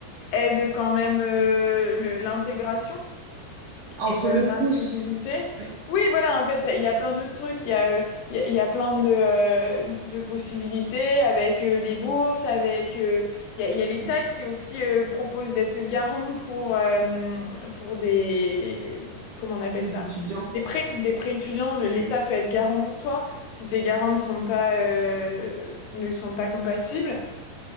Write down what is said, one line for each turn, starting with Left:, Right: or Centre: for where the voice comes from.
Left: aide quand même euh, le- l'intégration.
Right: Entre
Left: Et euh,
Right: le crous,
Left: l'inclusivité.
Right: oui,
Left: Oui, voilà, en fait, il y a plein de trucs, il y a, euh, il y a, il y a plein de, euh, de possibilités avec euh, les bourses, avec... euh, il y a, il y a l'État
Right: mm,
Left: qui aussi euh, propose d'être garant pour, euh, pour des... Comment on appelle
Right: les
Left: ça?
Right: étudiants,
Left: Des prêts, des prêts étudiants. Le-
Right: mm,
Left: L'État peut être garant pour toi si tes garants ne sont pas, euh, ne sont pas compatibles.